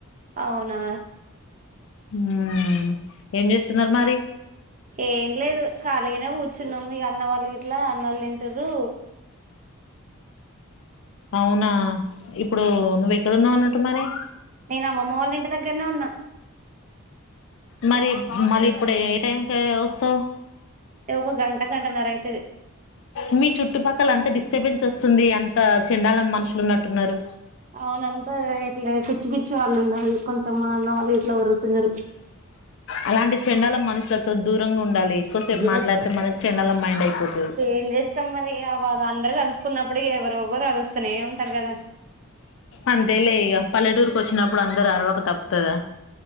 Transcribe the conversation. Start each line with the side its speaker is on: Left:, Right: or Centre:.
Right: అవునా
Left: హ్మ్ ఏం చేస్తున్నారు మరి
Right: ఏం లేదు కాలిగనే కూ ర్చున్నాం ఇగ అన్న వాళ్ళ గిట్లా అన్నళ్ళు తింటురు
Left: అవునా ఇప్పుడు నువ్వెక్కడున్నవన్నట్టు మరి
Right: నేను అమ్మమ్మ వాళ్ళ ఇంటి దగ్గరనే ఉన్న
Left: మరి మళ్ళీ ఇప్పుడు ఏ టైంకి వస్తావు
Right: ఏ ఒక గంట గంటన్నర ఐతది
Left: మీ చుట్టుపక్కల అంత డిస్టర్బెన్స్ వస్తుంది అంత చెండాలం మనుషులు ఉన్నట్టున్నరు
Right: అవున అంతా ఇట్లా పిచ్చి పిచ్చి వాళ్ళు ఉన్నారు కొంచెం అన్నవాళ్ళు ఇట్లా ఒరుతున్నరు
Left: అలాంటి చెండాలం మనుషులతో దూరంగా ఉండాలి ఎక్కువసేపు
Right: ఈ
Left: మాట్లాడితే మనకు చెండాలం మైండ్ అయిపోతది
Right: ఏం చేస్తం మరి ఇగ వాళ్ళు అందరు కలుసుకున్నప్పుడిగ ఇగ ఎవరు ఒగరు అరుస్తనే ఉంటరు కదా
Left: అంతే లే ఇగ పల్లెటూరుకి వచ్చినప్పుడు అందరు అరవక తప్పుతదా